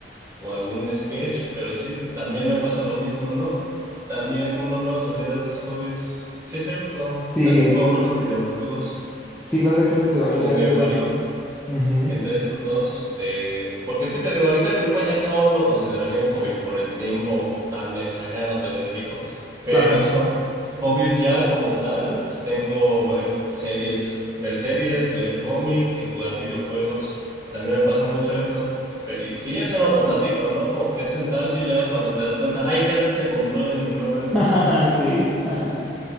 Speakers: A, on the right (about 15°); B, in the centre.
A: o algún sketch, pero sí, también me pasa lo mismo, ¿no? También uno luego se olvida de esos hobbies. Sí es cierto,
B: Sí,
A: también juego mucho videojuegos,
B: sí pasa que uno se va olvidando
A: como que varió.
B: de los... Ujú,
A: entre esos dos de... Porque sí, te digo, ahorita el dibujo ya no lo consideraría un hobby por el tiempo tan exagerado que le dedico, pero
B: claro.
A: <laughs> hobbies ya como tal, tengo ver series, ver series, leer cómics y jugar videojuegos. También me pasa mucho esto. Pero- y sí, es en automático, ¿no? Como que es sentarse y ya cuando te das cuenta, ay, ¿qué hace este control en mi mano?
B: <laughs> Sí, <laughs>